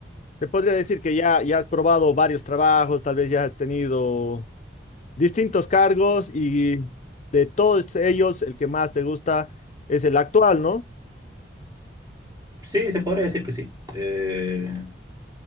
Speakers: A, on the left; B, on the right.
A: Te podría decir que ya, ya has probado varios trabajos, tal vez ya has tenido distintos cargos y de todos ellos el que más te gusta es el actual, ¿no?
B: Sí, se podría decir que sí. Eh,